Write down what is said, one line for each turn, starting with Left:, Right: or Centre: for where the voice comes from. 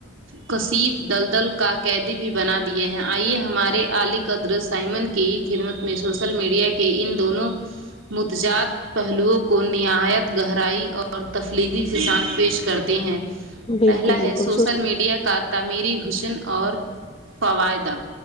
Right: کصف دلدل کا قیدی بھی بنا دیے ہیں آئیے ہمارے علی قدر سائمن کی خدمت میں سوشل میڈیا کے <unintelligible> ان دونوں متجاد پہلوؤں کو نہایت گہرائی <unintelligible> تفلیلیی کے ساتھ پیش کرتے ہیں
Left: ہے بالکل
Right: پہلا ہے
Left: بالکل
Right: سوشل میڈیا کا تعمیری حسن اور فوائدہ